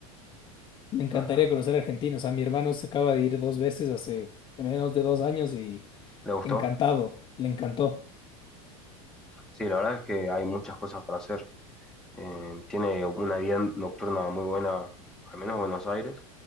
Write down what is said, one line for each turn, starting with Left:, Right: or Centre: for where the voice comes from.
Left: Me encantaría
Centre: Ah,
Left: conocer Argentina. O sea, mi hermano se acaba de ir dos veces hace menos de dos años y
Centre: ¿Le gustó?
Left: encantado, le encantó.
Centre: Sí, la verdad es que hay muchas cosas para hacer. Eh, tiene una vida nocturna muy buena, al menos Buenos Aires.